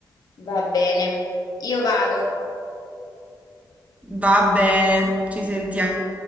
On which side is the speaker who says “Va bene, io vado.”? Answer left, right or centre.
Left